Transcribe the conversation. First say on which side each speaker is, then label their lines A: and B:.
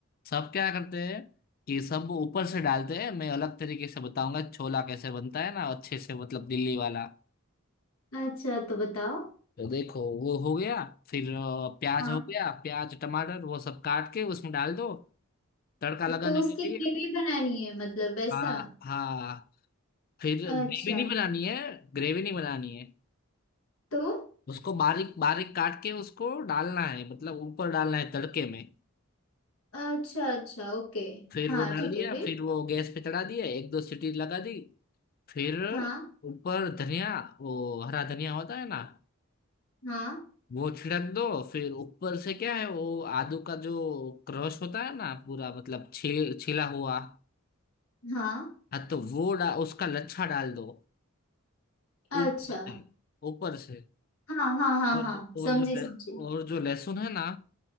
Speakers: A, on the left; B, on the left.
A: सब क्या करते हैं कि सब ऊपर से डालते हैं मैं अलग तरीके से बताऊंगा छोला कैसे बनता है ना अच्छे से मतलब दिल्ली वाला
B: अच्छा तो बताओ
A: तो देखो वो हो गया फिर अ, प्याज
B: हाँ
A: हो गया प्याज टमाटर वो सब काट के उसमें डाल दो तड़का लगाने
B: तो उसकी
A: के लिए
B: ग्रेवी बनानी है मतलब वैसा
A: हाँ हाँ फिर
B: अच्छा
A: ग्रेवी नहीं बनानी है ग्रेवी नहीं बनानी है
B: तो
A: उसको बारीक बारीक काट के उसको डालना है मतलब ऊपर डालना है तड़के में
B: अच्छा अच्छा ओके
A: फिर
B: हाँ
A: वो डाल
B: ठीक
A: दिया
B: है फिर
A: फिर वो गैस पे चढ़ा दिया एक दो सीटी लगा दी फिर
B: हाँ
A: ऊपर धनिया वो हरा धनिया होता है ना
B: हाँ
A: वो छिड़क दो फिर ऊपर से क्या है वो आदू का जो क्रश होता है ना पूरा मतलब छिल छिला हुआ
B: हाँ
A: हाँ तो वो डा, उसका लच्छा डाल दो
B: अच्छा
A: ऊपर से ऊपर से
B: हाँ हाँ हाँ
A: और
B: हाँ
A: और
B: समझी
A: जो ले-
B: समझी
A: और जो लहसुन है ना